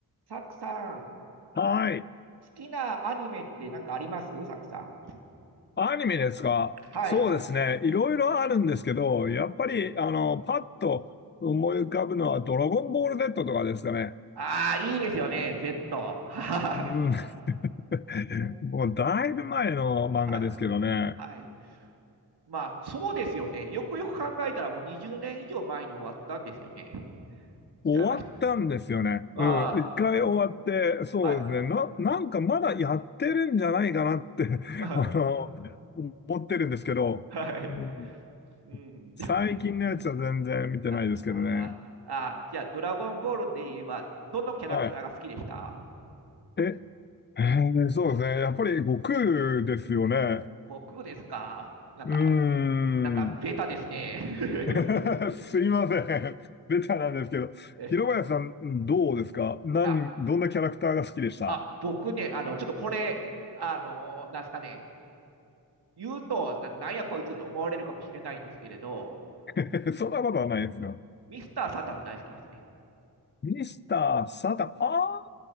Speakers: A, on the right; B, on the left.
A: サクさん、好
B: はい。
A: きなアニメって何かありますサクさん。
B: アニメですかそうですね。
A: はい。
B: いろいろあるんですけど、やっぱり、あの、パッと思い浮かぶのは、ドラゴンボール Z とかですかね。
A: ああ、いいですよね、Z。<laughs>
B: うん。<laughs>
A: お
B: もう、だいぶ前の漫画ですけどね。
A: はい。はい。まあ、そうですよね。よくよく考えたら、もう20年以上前に終わったんですよね。
B: 終わったんですよね。
A: 違いました。
B: うん。
A: あ
B: 一回終わって、そうですね。
A: あ、はい。
B: な、なんかまだやってるんじゃないかなって <laughs>
A: あ
B: あの、思ってるんですけど、
A: <laughs> はい。
B: うん、
A: うん。
B: 最近のやつは全然見てないですけどね。
A: ああー、あーじゃあ、ドラゴンボールで言えば、どのキャラクターが好きでした
B: はい。え、えーそうですね。やっぱり悟空ですよね。
A: 悟空ですかなんか、
B: うーん。
A: なんか、ベタですね。<laughs>
B: <laughs> すいません。ベタなんですけど。
A: え
B: 広林さん、どうですか何、
A: あ
B: どんなキャラクターが好きでした
A: あ、僕ね、あの、ちょっとこれ、あの、なんすかね、言うと、な、なんやこいつって思われるかもしれないんですけれど、
B: <laughs> そんなことはないですよ。
A: ミスター・サタン大好きですね。
B: ミスター・サタン。あ